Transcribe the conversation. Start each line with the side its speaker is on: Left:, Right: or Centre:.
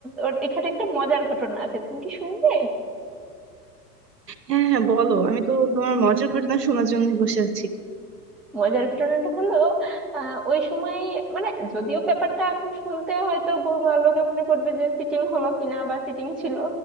Centre: ওর- এখানে একটা মজার ঘটনা আছে তুমি কি শুনবে
Right: হ্যাঁ হ্যাঁ বলো আমি তো তোমার মজার ঘটনা শোনার জন্য বসে আছি
Centre: মজার ঘটনাটা হলো আহ ওই সময় মানে যদিও ব্যাপারটা এখন শুনতে হয়তো বৌমা- লোকে মনে করবে যে চিটিং হলো কিনা বা চিটিং ছিল